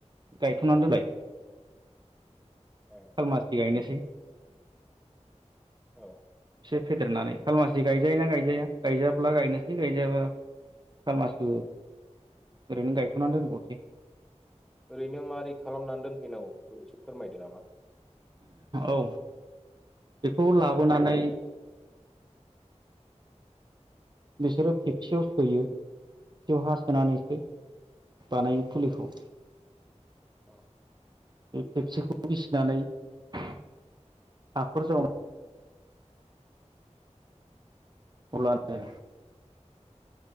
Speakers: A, on the right; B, in the centre.
A: गायथ'नानै दोनबाय
B: ए
A: खालमासि गायनोसै
B: औ
A: एसे फेदेरनानै खालमासि गायजायो‌ ना गायजाया गायजाब्ला गायनोसै गायजायाबा खालमासि ओरैनो गायथनानै दोनबावनोसै।
B: ओरैनो माबोरै खालामनानै दोनफैनांगौ बेखौ फोरमायदो नामा?
A: औ बेखौ लाबोनानै बिसोरो खेबसेयाव सोयो खेबसेयाव हा सोनानैसो बानायो फुलिखौ।
B: औ
A: बे खेबसेखौ फिसिनानै हाखर जावना अलानो